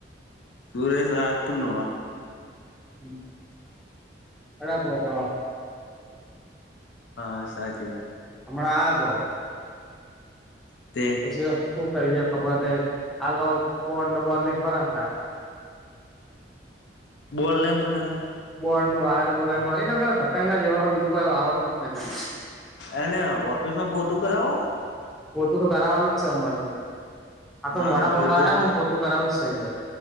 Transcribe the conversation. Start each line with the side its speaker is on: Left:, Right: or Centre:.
Left: સુરેશ અ પૂ ન
Centre: હમ. <inaudible>
Left: હા સાચી વાત
Centre: હમણાં આયો તો
Left: તે
Centre: જે હું કરીને ખબર ન <unintelligible> <inaudible> બોલ નઈ <unintelligible>
Left: બોલ લઈને પરા
Centre: બોર્ડું વાયર બધ એ <unintelligible> જ એવા બીજું કઈ આવડતું નહિ
Left: એને ઓફિસ માં પોહતું કરાવો
Centre: પોતું તો કરાવવાનું જ છે અમારી જોડે આ તો
Left: હા
Centre: મોડા
Left: હું
Centre: મોડા
Left: પોતું
Centre: આ હું પોતું કરાવું જ છે